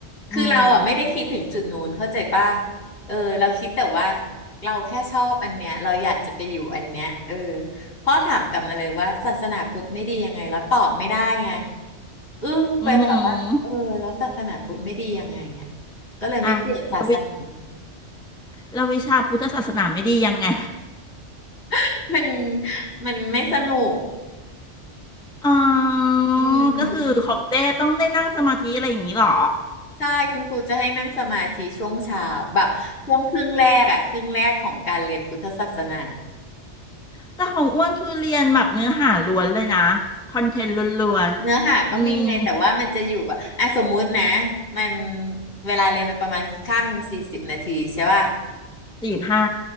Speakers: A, on the left; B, in the centre.
A: คือเราอ่ะไม่ได้คิดถึงจุดนู้นเข้าใจป่ะ
B: อืม
A: เออเราคิดแต่ว่าเราแค่ชอบอันเนี้ยเราอยากจะไปอยู่อันเนี้ยเออพ่อถามกลับมาเลยว่าศาสนาพุทธไม่ดียังไงแล้วตอบไม่ได้ไงอึ้งไปแบบว่าเออแล้วศาสนาพุทธไม่ดียังไงเนี่ย
B: อืม
A: ก็เลยไม่เปลี่ยนศาสนา
B: อ่ะแล้ววิแล้ววิชาพุทธศาสนาไม่ดียังไง
A: <laughs> มันมันไม่สนุก
B: อ๋อ
A: อื
B: ก็คือของเจ้ต้องได้นั่งสมาธิอะไรอย่างนี้เหรอ
A: มใช่คุณครูจะให้นั่งสมาธิช่วงเช้าแบบช่วงครึ่งแรกอะครึ่งแรกของการเรียนพุทธศาสนา
B: แต่ของอ้วนคือเรียนแบบเนื้อหาล้วนเลยนะคอนเทนต์ล้วนๆอืม
A: เนื้อหาก็มีไงแต่ว่ามันจะอยู่แบบอ่ะสมมุตินะมันเวลาเรียนมันประมาณข้ามหนึ่งสี่สิบนาทีใช่ป่ะ
B: สี่ห้า